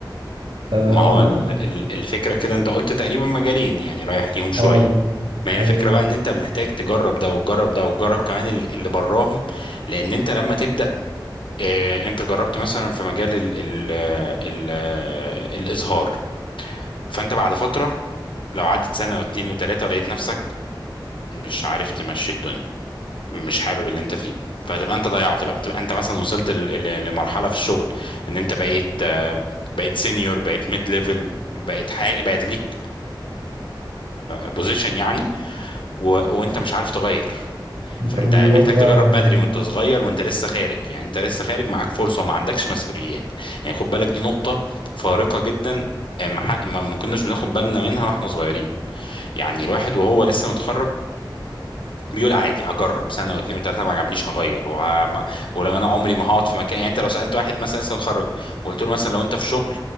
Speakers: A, on the right; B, on the left.
A: ف-
B: ما هو ال- ال- الفكره كده انت قلت تقريبا مجالين يعني رايح ليهم شويه
A: اه
B: ما هي الفكره
A: ايوه
B: بقى ان انت محتاج تجرب ده وتجرب ده وتجرب كمان ال- اللي براهم لان انت لما تبدا آه، انت جربت مثلا في مجال ال ال ال الازهار فانت بعد فترة لو عدت سنة واتنين وتلاتة ولقيت نفسك مش عارف تمشي الدنيا مش حابب اللي انت فيه فهتبقى انت ضيعت بقى تبقى انت مثلا وصلت ل- ل- لمرحلة في الشغل ان انت بقيت آه، بقيت سينيور بقيت ميد ليفل بقيت حاجة بقيت ليك بوزيشن يعني و... وانت مش عارف تغير
A: انت
B: فانت
A: من جواك
B: محتاج
A: بقى
B: تجرب
A: يعني
B: بدري وانت صغير وانت لسه خارج يعني انت لسه خارج معاك فرصه وما عندكش مسؤوليات يعني خد بالك دي نقطه فارقه جدا آه، ما ح- ما- ما كناش بناخد بالنا منها واحنا صغيرين يعني الواحد وهو لسه متخرج بيقول عادي هجرب سنه واتنين وتلاته ما عجبنيش هغير وه... ما... ولو انا عمري ما هقعد في مكان يعني انت لو سالت واحد مثلا لسه متخرج وقلت له مثلا لو انت في شغل